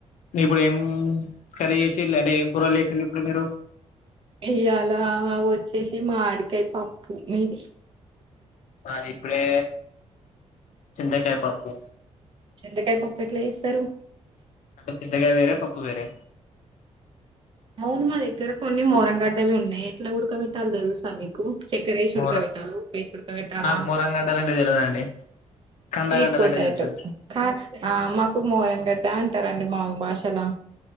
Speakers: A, on the left (about 80°); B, on the right (about 45°).
A: ఇప్పుడు ఏం కర్రీ చేసిళ్ళు అంటే ఏం కూరలు చేసిళ్ళు ఇప్పుడు మీరు.
B: ఇలా అలా వచ్చేసి మామిడికాయ పప్పు మీది
A: అ ఇప్పుడే చింతకాయ పప్పు
B: చింతకాయ పప్పు ఎట్ల చేస్తారు
A: అంటే చింతకాయ వేరే పప్పు వేరే
B: అవును మా దగ్గర కొన్ని మోరం గడ్డలు ఉన్నాయి ఎట్ల ఉడకబెట్టాలి తెలుసా మీకు చెక్కర వేసి
A: మోర
B: ఉడుక బెట్టాల ఉప్పు వేసి ఉడుక బెట్టాలా
A: నాకు మోరం గడ్డలంటే తెలవదండి కందగడ్డలంటే
B: స్వీట్ పొటాటో
A: తెలుసు
B: క హా మాకు మోరం గడ్డ అంటారండి మా ఊరు భాష ఎలా